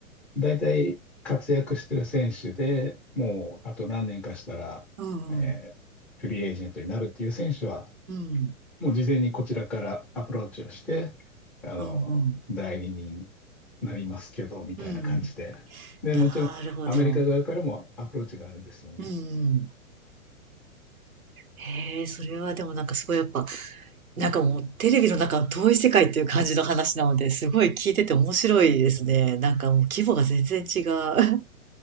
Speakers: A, in the centre; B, on the right.
A: 大体活躍してる選手でもうあと何年かしたら、
B: うんうん。
A: えーフリーエージェントになるっていう選手は、
B: うん。
A: もう事前にこちらからアプローチをして、あの、
B: うんうん。
A: 代理人になりますけど、みたいな感じで。
B: うん。
A: で、
B: なるほど。
A: もちろんアメリカ側からもアプローチがあるんですよね。
B: うん。へえ、それはでもなんかすごいやっぱ、なんかもうテレビの中の遠い世界っていう感じの話なので、すごい聞いてて面白いですね。なんかもう規模が全然違う。<laughs>